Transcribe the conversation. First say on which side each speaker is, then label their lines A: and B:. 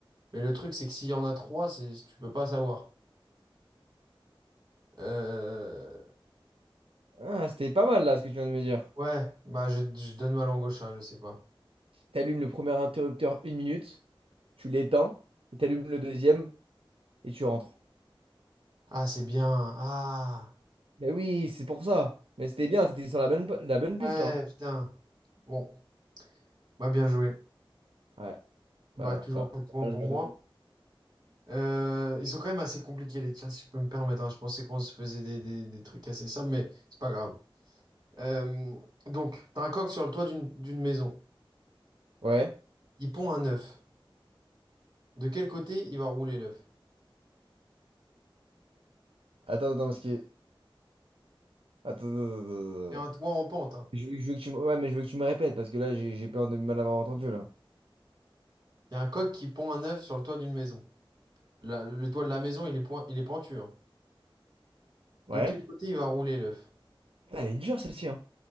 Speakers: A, on the right; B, on the right.
A: Mais le truc c'est que s'il y en a trois c'est tu peux pas savoir. Euh,
B: Ah, c'était pas mal là ce que tu viens de me dire.
A: ouais bah je, je donne ma langue au chat je sais pas.
B: T'allumes le premier interrupteur une minute, tu l'éteins, et t'allumes le deuxième, et tu rentres.
A: Ah c'est bien ah
B: Mais oui, c'est pour ça. Mais c'était bien, t'étais sur la bonne, pa- la bonne piste
A: ouais
B: là. hein.
A: putain bon bah bien joué
B: Ouais,
A: bah
B: bah,
A: toujours
B: pas-
A: pas de points
B: Là,
A: pour
B: j'aurais
A: moi.
B: pas dû.
A: Euh, ils sont quand même assez compliqués les tiens si je peux me permettre hein. Je pensais qu'on se faisait des, des, des trucs assez simples mais c'est pas grave. Euh, donc, t'as un coq sur le toit d'une d'une maison.
B: Ouais.
A: Il pond un œuf. De quel côté il va rouler l'œuf?
B: Attends, attends, parce que. Attends, attends, attends,
A: C'est un
B: attends, attends.
A: toit en pente, hein.
B: Je veux, je veux que tu me... Ouais, mais je veux que tu me répètes, parce que là, j'ai j'ai peur de mal avoir entendu là.
A: Il y a un coq qui pond un œuf sur le toit d'une maison. La- le toit de la maison, il est, point- il est pentu, hein. De
B: Ouais.
A: quel côté il va rouler l'œuf?
B: Putain, elle est dure celle-ci, hein.